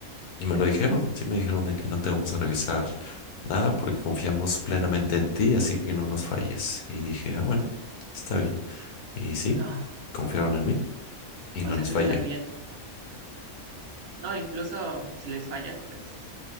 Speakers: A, on the left (about 85°); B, on the right (about 70°).
A: y me lo dijeron, sí me dijeron de que no te vamos a revisar nada porque confiamos plenamente en ti, así que no nos falles. Y dije, ah, bueno, está bien. Y sí,
B: No,
A: confiaron en mí y
B: o
A: no
B: sea,
A: les
B: eso
A: fallé.
B: está bien. No, incluso si les fallas, pues